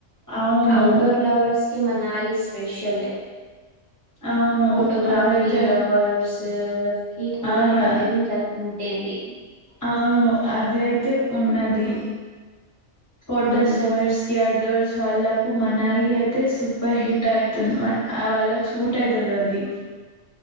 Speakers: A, on the left; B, on the right.
A: అవును
B: ఔట్డోర్ లవర్స్ హి మనాలి స్పెషల్ లే
A: అవును
B: ఫోటోగ్రాఫీ
A: అదైతే
B: లవర్స్ కి కూడా
A: అవునా
B: హెవెన్ ల ఉంటింది
A: అవును అది అయితే ఉన్నది ఫోటోసవర్స్
B: ఉమ్,
A: కి అవుట్డోర్స్ వల్ల ఇపుడు మనాలి అయితే సూపర్ హిట్ అయితుంది మర్ ఆ వాళ్ళక్ సూట్ అయితది అది